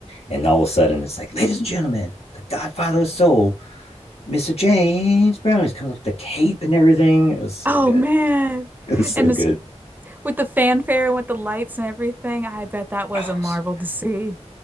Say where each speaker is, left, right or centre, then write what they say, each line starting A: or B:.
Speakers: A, on the left; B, on the right.
A: And all of a sudden, it's like, ladies and gentlemen, the Godfather of Soul, Mr. James Brown. He's coming up with the cape and everything. It was so
B: Oh
A: good.
B: man.
A: It was so
B: And
A: good.
B: it's With the fanfare and with the lights and everything, I bet that was
A: Oh,
B: a marvel
A: so,
B: to see.